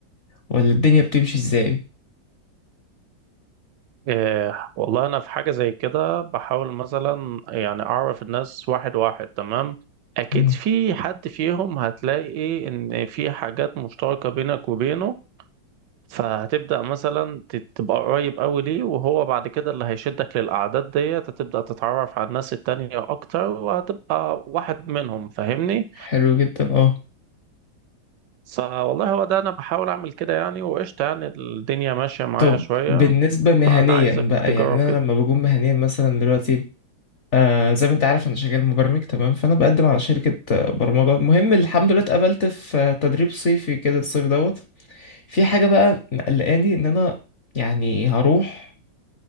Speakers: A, on the left (about 50°); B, on the right (about 75°).
A: ولا الدنيا بتمشي ازاي
B: إيه والله أنا في حاجة زي كده بحاول مثلا يعني أعرف الناس واحد واحد تمام أكيد
A: مم.
B: في حد فيهم هتلاقي إن في حاجات مشتركة بينك وبينه فهتبدأ مثلا ت- تبقى قريب أوي ليه وهو بعد كده اللي هيشدك للأعداد ديت هتبدأ تتعرف على الناس التانية أكتر وهتبقى واحد منهم فاهمني
A: حلو جدا اه
B: فوالله هو ده أنا بحاول أعمل كده يعني وقشطة يعني الدنيا ماشية معايا
A: طب
B: شوية
A: بالنسبة مهنيا
B: فأنا عايزك
A: بقى
B: تجرب
A: يعني انا
B: كده
A: لما بكون مهنيا مثلا دلوقتي آه زي ما انت عارف انا شغال مبرمج تمام فانا بقدم على شركة آه، برمجة المهم الحمد لله اتقبلت في آه، تدريب صيفي كده الصيف دوت في حاجة بقى مقلقاني ان انا يعني هروح